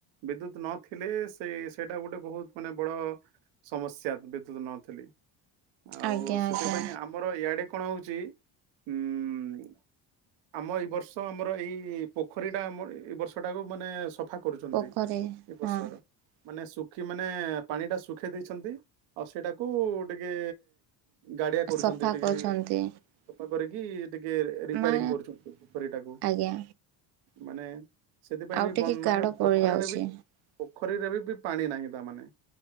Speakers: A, on the right; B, on the right.
A: ବିଦ୍ୟୁତ ନଥିଲେ ସେ ସେଇଟା ଗୋଟେ ବହୁତ ମାନେ ବଡ-ଡ-ଡ ସମସ୍ୟା ବିଦ୍ୟୁତ ନଥିଲେ। ଆଉ-ଉ-ଉ
B: ଆଜ୍ଞା
A: ସେଥିପାଇଁ
B: ଆଜ୍ଞା
A: ଆମର ଇଆଡେ। କଣ ହଉଛି ଉମ। ଆମ ଏଇ ବର୍ଷ ଆମର ଏଇ-ଇ ପୋଖ ପୋଖରୀ ଟା ଆମର ଏଇ ବର୍ଷଟାକୁ ମାନେ ସଫା କରୁଛନ୍ତି
B: ପୋଖରୀ
A: ଏ ବର୍ଷର
B: ହଁ
A: ମାନେ ସୁ ପକ୍ଷୀ ମାନେ ପାଣି ଟା ଶୁଖେଇ ଦେଇଛନ୍ତି ଆଉ ସେଇଟାକୁ ଟିକେ। ଗାଡିଆ କରୁଛନ୍ତି
B: ସଫା
A: ଟିକେ
B: କରୁଛନ୍ତି
A: ସଫା କରି ଇ ଟିକେ ରିପାରିଙ୍ଗ
B: ମା
A: କରୁଚୁ ପୋ ପୋଖରୀଟାକୁ।
B: ଆଜ୍ଞା
A: ମାନେ ସେଥିପାଇଁ
B: ଆଉ
A: ବି
B: ଟିକେ
A: ବନ୍
B: ଗାଡ଼
A: ମାନେ
B: ପଡ଼ିଯାଉଛି
A: ପୋଖରୀରେ ବି ପୋ ପୋଖରୀରେ ବି ବି ପାଣି ନାହିଁ ତା ମାନେ।